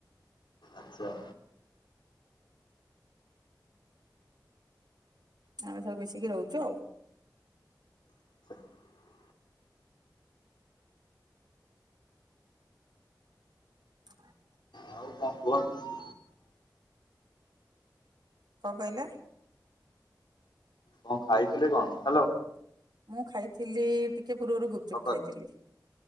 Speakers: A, on the left; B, on the right.
A: ଆଚ୍ଛା।
B: ଆମେ ସବୁ ମିଶିକି ରହୁଛୁ ଆଉ।
A: <inaudible>
B: <inaudible>
A: ଆଉ କଣ କୁହନ୍ତୁ?
B: କଣ କହିଲେ?
A: କଣ ଖାଇଥିଲେ କଣ ହାଲୋ।
B: ମୁଁ ଖାଇଥିଲି ଟିକେ ପୂର୍ବରୁ ଗୁପଚୁପ୍
A: ସକାଳେ
B: ଖାଇଥିଲି।